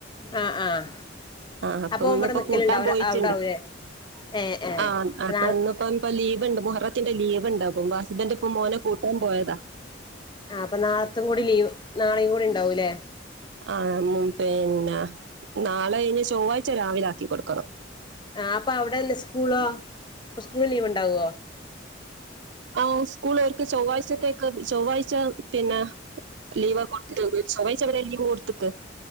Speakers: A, on the left; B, on the right.
A: ആഹ് ആഹ്
B: ആ അപ്പൊ ഒന്നിപ്പോ
A: ഓൻ ഇവിടെ നിക്കലുണ്ടാവൂല
B: കൂട്ടാൻ പോയിട്ടുണ്ട്.
A: അവിടെ ആവൂലേ ഏഹ് ഏഹ്
B: ആഹ് അപ്പൊ
A: നാളെ
B: ഇന്നിപ്പു. ഇപ്പ ലീവ്ണ്ട് മുഹുറത്തിന്റെ ലീവ്ണ്ണട് അപ്പൊ ഹസ്ബന്റ് ഇപ്പൊ മോനെ കൂട്ടാൻ പോയതാ
A: ആ അപ്പൊ നാളത്തും കൂടി ലീവ്. നാളും കൂടി ഉണ്ടാവൂലെ
B: ആ പിന്നെ ചൊവ്വായ്ച്ച രാവിലെ ആക്കി കൊട്ക്കണം.
A: ആ അപ്പൊ അവിടെ ല്ലെ സ്കൂളോ സ്കൂള് ലീവ് ഇണ്ടാവോ.
B: ആ സ്കൂൾ ഓർക്ക് ചൊവ്വാഴ്ചത്തേക്ക് ചൊവ്വാഴ്ച പിന്നെ ലീവ് കൊടു <unintelligible> ചൊവ്ഴ്ച വരെ അവിടെ ലീവ് കൊടുത്ത്ക്ക്.